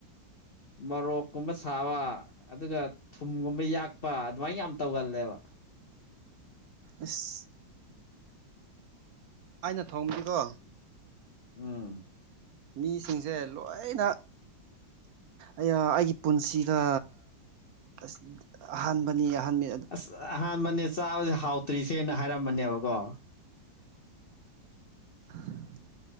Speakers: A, on the left; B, on the right.
A: ꯃꯥꯔ ꯀꯨꯝꯁ ꯊꯥꯕ ꯑꯗꯨꯒ ꯊꯨꯝꯒꯨꯝꯕ ꯌꯥꯛꯄ ꯑꯗꯨꯃꯥꯏꯅ ꯌꯥꯝ ꯇꯧꯒꯜꯂꯦꯕ
B: ꯑꯁ ꯑꯩꯅ ꯊꯣꯡꯕꯅꯤꯀꯣ
A: ꯎꯝ
B: ꯃꯤꯁꯤꯡꯁꯦ ꯂꯣꯏꯅ ꯑꯩꯒꯤ ꯄꯨꯟꯁꯤꯗ ꯑꯁ ꯑꯍꯥꯟꯕꯅꯤ ꯑꯍꯥꯟꯕ
A: ꯑꯁ ꯑꯍꯥꯟꯕꯅꯦ ꯆꯥꯕꯗ ꯍꯥꯎꯇ꯭ꯔꯤꯁꯦꯅ ꯍꯥꯏꯔꯝꯕꯅꯦꯕꯀꯣ
B: <inaudible>